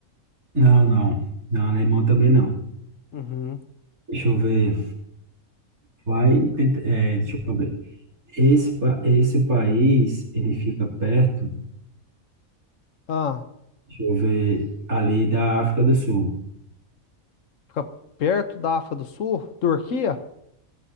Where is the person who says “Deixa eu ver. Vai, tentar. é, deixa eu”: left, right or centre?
Right